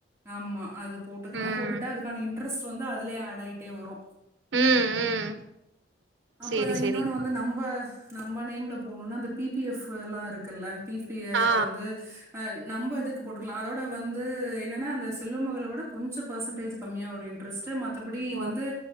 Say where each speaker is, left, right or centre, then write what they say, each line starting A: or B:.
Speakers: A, on the right (about 15°); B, on the right (about 80°).
A: ஆமா அது போட்டுக்கலா
B: ம்.
A: போட்டுட்டா அதுக்கான இன்ட்ரெஸ்ட் வந்து அதுலயே ஆட் ஆயிட்டே வரு
B: ம், ம்.
A: அப்ற
B: சரி, சரிங்கக்கா.
A: இன்னோனு வந்து நம்ப நம்ப நேம்ல போணுனா அந்த பி பி எஃப் எல்லா இருக்குல்ல பி பி எஃப்
B: ஆ.
A: வந்து அ நம்ப இதுக்கு போட்டுக்கலா அதோட வந்து என்னன்னா அந்த செல்வ மகள விட கொஞ்ச பெர்சன்டேஜ் கமியா வரு பிரஸ்டு மத்தபடி இது
B: ஓ!
A: வந்து